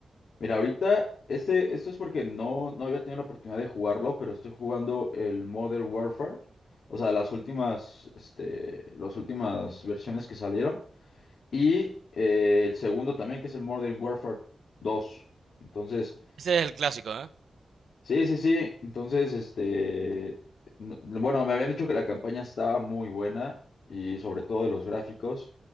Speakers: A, on the left; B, on the right.
A: Mira, ahorita, este, esto es porque no, no había tenido la oportunidad de jugarlo, pero estoy jugando el Modern Warfare, o sea, las últimas, este, las últimas versiones que salieron, y eh, el segundo también, que es el Modern Warfare dos Entonces,
B: Ese es el clásico, ¿eh?
A: sí, sí, sí, entonces, este, no- bueno, me habían dicho que la campaña estaba muy buena, y sobre todo de los gráficos,